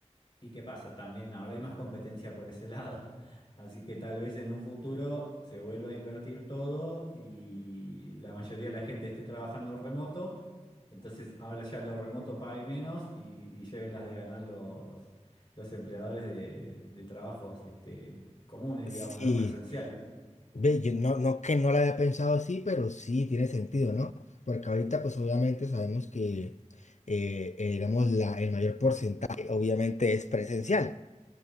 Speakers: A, on the left; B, on the left.
A: ¿Y qué pasa? También ahora hay más competencia por ese lado. <laughs> Así que tal vez en un futuro se vuelva a invertir todo y la mayoría de la gente esté trabajando remoto. Entonces ahora ya lo remoto pague menos y, y lleven las de ganar los, los empleadores de, de trabajos este, comunes, digamos,
B: Sí,
A: ¿no? Presenciales.
B: ve, yo no, no que no la había pensado así, pero sí tiene sentido, ¿no? Porque ahorita, pues obviamente sabemos que, eh, eh, digamos, la, el mayor porcentaje obviamente es presencial,